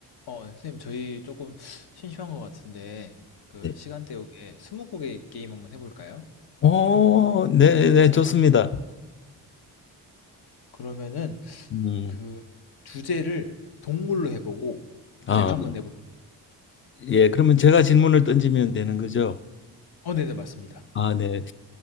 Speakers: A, on the left; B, on the left.
A: 어, 네, 선생님, 저희 조금 심심한 것 같은데, 그,
B: 네.
A: 시간 때우기에 스무고개 게임 한번 해볼까요?
B: 어, 네, 네, 좋습니다.
A: 그러면은,
B: 음,
A: 그, 주제를 동물로 해보고,
B: 아,
A: 제가 한번 내볼,
B: 예, 그러면 제가 질문을 던지면 되는 거죠?
A: 어, 네네, 맞습니다.
B: 아, 네.